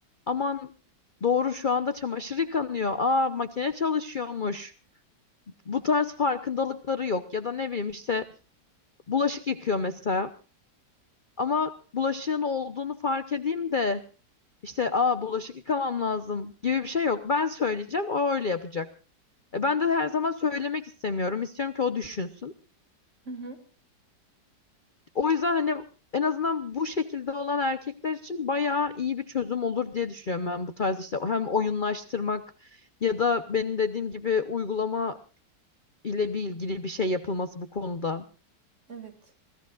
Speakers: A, on the left (about 40°); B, on the right (about 45°).
A: aman doğru şu anda çamaşır yıkanıyor. Aa makine çalışıyormuş bu tarz farkındalıkları yok ya da ne bileyim işte bulaşık yıkıyor mesela ama bulaşığın olduğunu fark edeyim de işte aa bulaşık yıkamam lazım gibi bir şey yok. Ben söyleyeceğim o öyle yapacak. E ben de her zaman söylemek istemiyorum. İstiyorum ki o düşünsün.
B: Hı hı.
A: O yüzden hani en azından bu şekilde olan erkekler için bayağı iyi bir çözüm olur diye düşünüyorum ben bu tarz işte hem oyunlaştırmak ya da benim dediğim gibi uygulama ile bir ilgili bir şey yapılması bu konuda.
B: Evet.